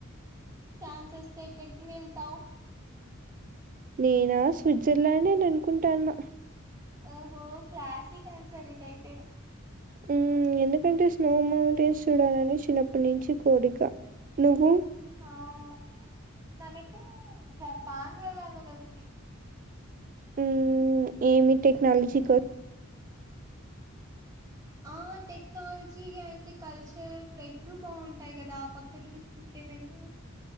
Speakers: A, on the right (about 15°); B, on the right (about 40°).
A: ఛాన్స్ వస్తే ఎక్కడికి వెళ్తావ్
B: నేనా స్విట్జర్లాండ్ అని అనుకుంటాన్న
A: ఓహో క్లాసిక్ ఆన్సర్ ఇదయితే
B: మ్మ్ ఎందుకంటే స్నో మౌంటైన్స్ చూడాలని చిన్నప్పటి నుంచి కోరిక నువ్వు
A: అవునా నాకైతే జపాన్ వెళ్ళాలని ఉంది
B: హ్మ్మ్ ఏమి టెక్నాలజీ కో
A: ఆ టెక్నాలజీ ఆండ్ కల్చర్ రెండు బాగుంటాయి కదా ఆ పక్క చూసుకుంటు మేము